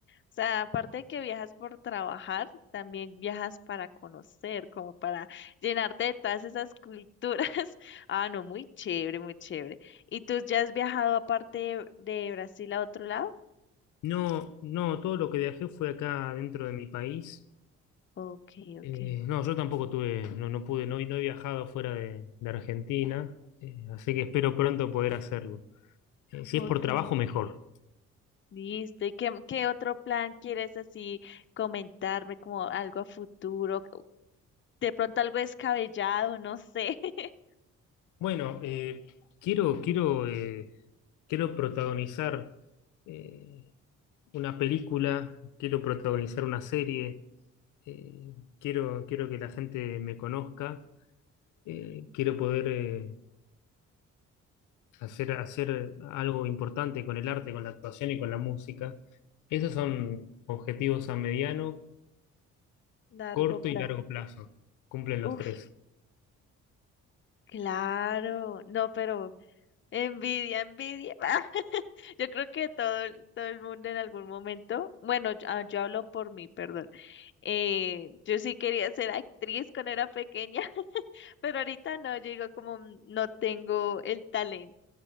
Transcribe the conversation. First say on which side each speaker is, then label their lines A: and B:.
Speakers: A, on the left; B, on the left.
A: sea, aparte de que viajas por trabajar, también viajas para conocer, como para llenarte de todas esas culturas. <laughs> Ah, no, muy chévere, muy chévere. ¿Y tú ya has viajado aparte de, de Brasil a otro lado?
B: No, no, todo lo que viajé fue acá dentro de mi país.
A: Ok,
B: Eh,
A: ok,
B: no, yo tampoco tuve, no, no pude, no, no he viajado fuera de, de Argentina, eh, así que espero pronto poder hacerlo. Eh, si
A: ok.
B: es por trabajo, mejor.
A: Listo. ¿Y qué, qué otro plan quieres así comentarme como algo a futuro? De pronto algo descabellado, no sé. <laughs>
B: Bueno, eh, quiero, quiero, eh, quiero protagonizar eh, una película, quiero protagonizar una serie, eh, quiero, quiero que la gente me conozca, eh, quiero poder eh, hacer, hacer algo importante con el arte, con la actuación y con la música. Esos son
A: Ujú,
B: objetivos a mediano
A: Largo
B: corto
A: plan
B: y largo plazo. Cumplen
A: Uf.
B: los tres.
A: Claro, no, pero envidia, envidia. <laughs> Yo creo que todo, el- todo el mundo en algún momento, bueno, yo, ah, yo hablo por mí, perdón. Eh, yo sí quería ser actriz cuando era pequeña, <laughs> pero ahorita no, yo digo como "Mm, no tengo el talento.